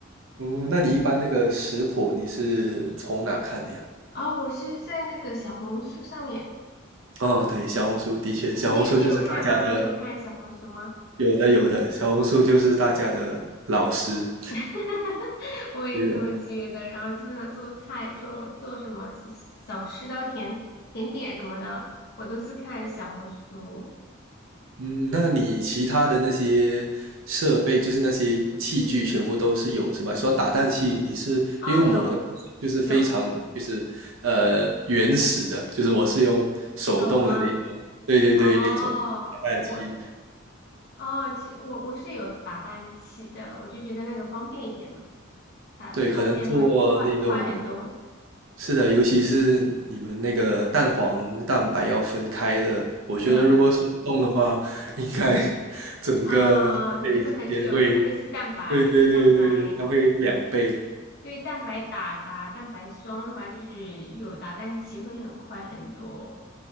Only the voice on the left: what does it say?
啊，我是在那个小红书上面。
你你你有看吗？
你有看小红书吗？
<laughs> 我也这么觉得。
然后基本上做菜、做做什么小小吃的、甜甜点什么的，我都是看小红书。
哦，有有
手吗？
哦，
我我哦，其实我我是有打蛋器的，我就觉得那个方便一点嘛，插插电会快快很多。
嗯
啊，要做很久，特别是蛋白，
因为蛋白。
对蛋白打打蛋白霜的话，就是有打蛋器会很快很多。